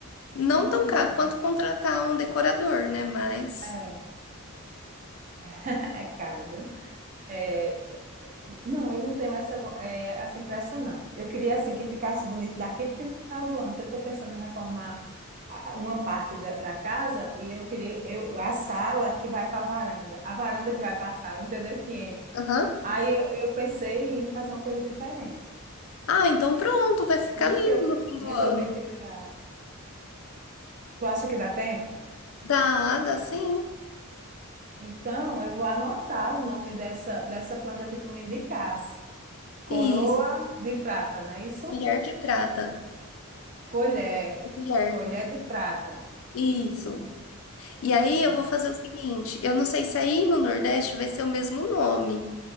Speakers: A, on the left; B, on the right.
A: Não
B: Não,
A: tão
B: mulher.
A: caro quanto contratar um decorador, né, mas...
B: É, <laughs> é caro, viu? É, não, eu não tenho essa, vo- é, essa impressa, não. Eu queria, assim, que ficasse bonito daqui para o final do ano, que eu estou pensando em reformar a- uma parte da, da casa e eu queria eu, a sala que vai para a varanda, a varanda que vai para a sala, entendeu? Que entra.
A: Aham.
B: Aí eu, eu pensei em fazer uma coisa diferente.
A: Ah, então pronto, vai ficar
B: Por isso
A: lindo
B: que eu te-
A: no fim do
B: resolvi
A: ano.
B: te ligar. Tu acha que dá tempo?
A: Dá, dá sim.
B: Então, eu vou anotar o nome dessa, dessa planta que tu me indicasse. Coroa
A: Isso,
B: de prata, não é isso?
A: colher de prata,
B: Colher.
A: o colher.
B: Colher de prata.
A: Isso. E aí
B: Pronto.
A: eu vou fazer o seguinte, eu não sei se aí no Nordeste vai ser o mesmo nome,